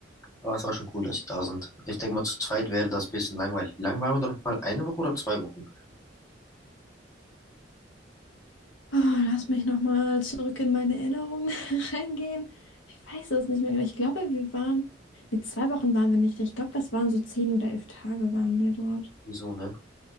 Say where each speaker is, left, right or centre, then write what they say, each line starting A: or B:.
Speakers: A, on the left; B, on the left.
A: Aber es war schon cool, dass sie da sind. Ich denke mal, zu zweit wäre das ein bisschen langweilig. Wie lang waren wir da noch mal? Eine Woche oder zwei Wochen?
B: Oh, lass mich nochmal zurück in meine Erinnerungen <laughs> reingehen. Ich weiß es nicht mehr genau. Ich glaube, wir waren. Ne, zwei Wochen waren wir nicht da. Ich glaube, das waren so zehn oder elf Tage waren wir dort.
A: Wieso, ne?